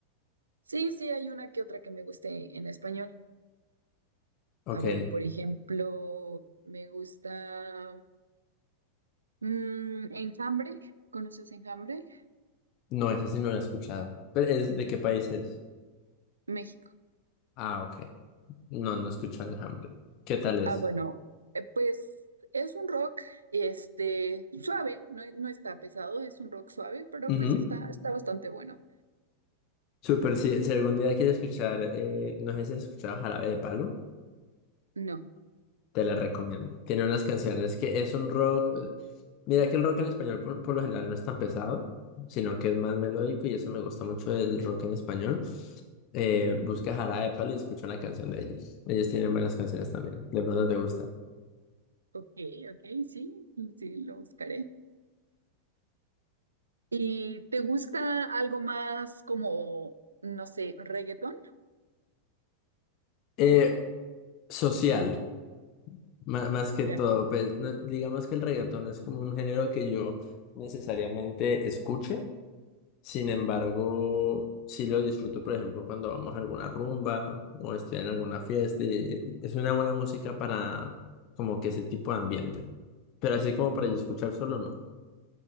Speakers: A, on the right; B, on the left.
A: Sí, sí, hay una que otra que me guste en español.
B: Ok,
A: A ver, por ejemplo, me gusta mm, Enjambre. ¿Conoces Enjambre?
B: no, esa sí no la he escuchado. ¿Pero es de qué país es?
A: México.
B: Ah, ok. No, no he escuchado Enjambre. ¿Qué tal es?
A: Ah, bueno, eh, pues es un rock, este, suave, no, no está pesado, es un rock suave, pero
B: Ujú.
A: pues está, está bastante bueno.
B: Súper, si, si algún día quieres escuchar, eh, no sé si has escuchado Jarabe de Palo.
A: No,
B: Te la recomiendo. Tiene unas canciones que es un rock. eh, Mira que el rock en español por, por lo general no es tan pesado, sino que es más melódico y eso me gusta mucho del rock en español. Eh, busca Jarabe de Palo y escucha una canción de ellos. Ellos tienen buenas canciones también. De pronto te gusta.
A: ok, ok, sí, sí, lo buscaré. ¿Y te gusta algo más como, no sé, reggaetón?
B: Eh, social, ma- más, que
A: Ya,
B: todo. Pues, no- digamos que el reggaetón es como un género que yo necesariamente escuche. Sin embargo, sí lo disfruto, por ejemplo, cuando vamos a alguna rumba o estoy en alguna fiesta y es una buena música para como que ese tipo de ambiente. Pero así como para yo escuchar solo, no.